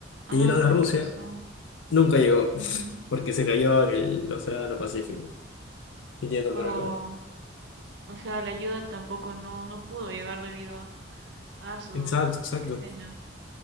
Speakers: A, on the right; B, on the left.
A: ah,
B: Y los de
A: con
B: Rusia
A: razón.
B: Nunca llegó,
A: Ujú.
B: porque se cayó en el Océano Pacífico, viniendo
A: Oh,
B: por acá.
A: o sea, la ayuda tampoco no, no pudo llegar debido a su...
B: Exacto, exacto.
A: Qué pena.